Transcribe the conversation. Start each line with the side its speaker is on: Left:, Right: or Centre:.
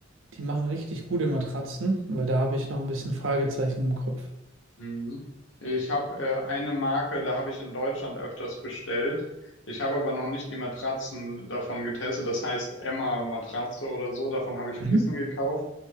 Right: die machen richtig gute Matratzen, weil da habe ich noch ein bisschen Fragezeichen im Kopf.
Left: Mhm. Ich habe äh, eine Marke, da habe ich in Deutschland öfters bestellt. Ich habe aber noch nicht die Matratzen davon getestet. Das heißt Emma Matratze oder so. Davon habe ich
Right: Mhm.
Left: Kissen gekauft.